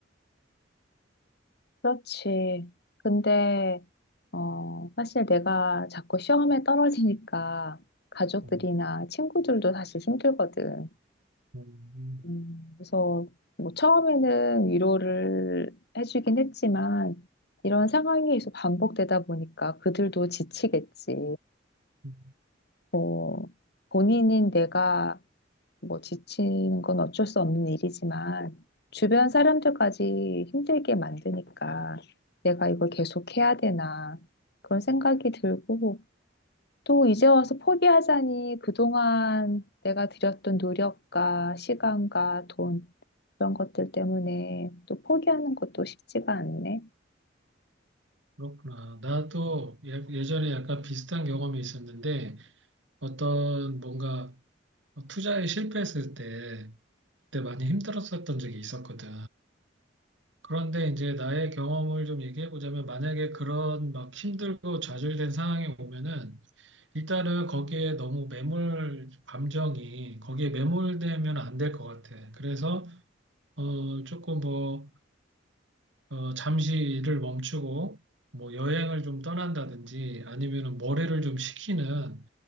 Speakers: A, on the left; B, on the right.
A: 그렇지. 근데, 어, 사실 내가 자꾸 시험에 떨어지니까 가족들이나
B: 음,
A: 친구들도 사실 힘들거든.
B: 음, 음,
A: 음, 그래서 뭐 처음에는 위로를 해주긴 했지만 이런 상황이 계속 반복되다 보니까 그들도 지치겠지.
B: 음.
A: 어, 본인인 내가 뭐 지치는 건 어쩔 수 없는 일이지만 주변 사람들까지 힘들게 만드니까 내가 이걸 계속 해야 되나 그런 생각이 들고 또 이제 와서 포기하자니 그동안 내가 들였던 노력과 시간과 돈 그런 것들 때문에 또 포기하는 것도 쉽지가 않네.
B: 그렇구나. 나도 예- 예전에 약간 비슷한 경험이 있었는데 어떤 뭔가 투자에 실패했을 때 그때 많이 힘들었었던 적이 있었거든. 그런데 이제 나의 경험을 좀 얘기해 보자면 만약에 그런 막 힘들고 좌절된 상황이 오면은 일단은 거기에 너무 매몰 감정이 거기에 매몰되면 안 될 것 같아. 그래서 어 조금 뭐 어, 잠시 일을 멈추고 뭐 여행을 좀 떠난다든지 아니면은 머리를 좀 식히는